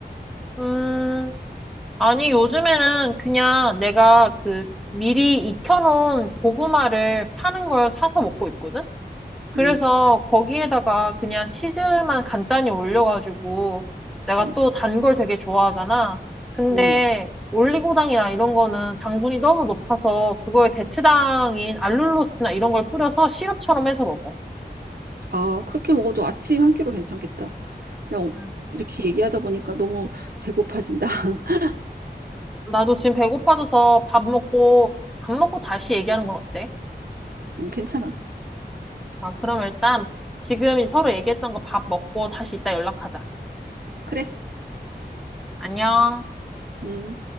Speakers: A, in the centre; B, on the right (about 60°).
A: 음. 아니, 요즘에는 그냥 내가 그 미리 익혀놓은 고구마를 파는 걸 사서 먹고 있거든? 그래서
B: 음,
A: 거기에다가 그냥 치즈만 간단히 올려가지고 내가
B: 음,
A: 또 단 걸 되게 좋아하잖아. 근데
B: 음.
A: 올리고당이나 이런 거는 당분이 너무 높아서 그거에 대체당인 알룰로스나 이런 걸 뿌려서 시럽처럼 해서 먹어.
B: 아, 그렇게 먹어도 아침 한 끼로 괜찮겠다. 야, 오-
A: 음.
B: 이렇게 얘기하다 보니까 너무 배고파진다. <laughs>
A: 나도 지금 배고파져서 밥 먹고, 밥 먹고 다시 얘기하는 건 어때?
B: 음, 괜찮아.
A: 아, 그럼 일단 지금 서로 얘기했던 거 밥 먹고 다시 이따 연락하자.
B: 그래.
A: 안녕.
B: 음.